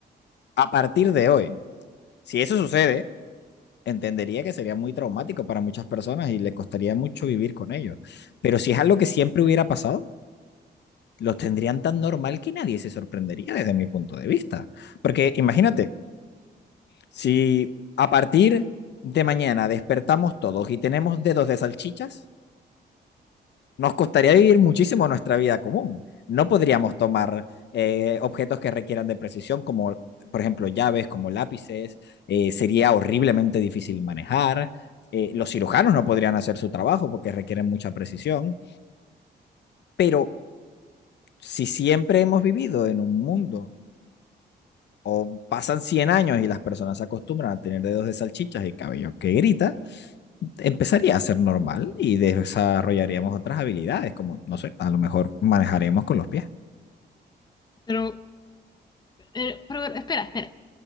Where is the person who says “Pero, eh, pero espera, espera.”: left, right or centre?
Left